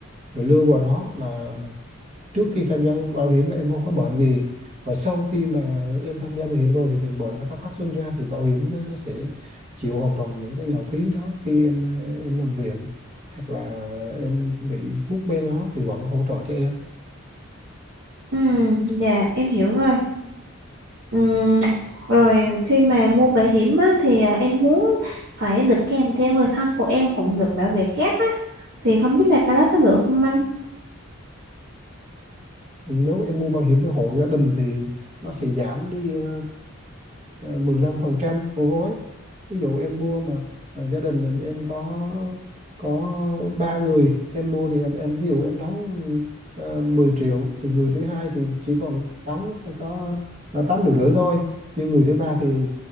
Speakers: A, on the right; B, on the right.
A: rồi lưu vào đó là trước khi tham gia bảo hiểm là em không có bệnh gì và sau khi mà em tham gia bảo hiểm rồi thì những bệnh nó có phát sinh ra thì bảo hiểm nó, nó sẽ chịu hoàn toàn những cái lộ phí đó khi em em nằm viện hoặc là em bị thuốc men đó thì vẫn hỗ trợ cho em
B: Ừ, dạ em hiểu rồi. Ừm, rồi khi mà mua bảo hiểm á, thì à, em muốn phải được kèm theo người thân của em cũng được bảo vệ kép á. Thì không biết là cái đó có được không anh?
A: nếu em mua bảo hiểm theo hộ gia đình thì nó sẽ giảm đi ờ, ờ, 15% của gói ví dụ em mua mà ờ, gia đình em có có ba người em mua thì em em ví dụ em đóng uh, 10 triệu thì người thứ hai thì chỉ còn đóng có là 8 triệu rưỡi thôi nhưng người thứ ba thì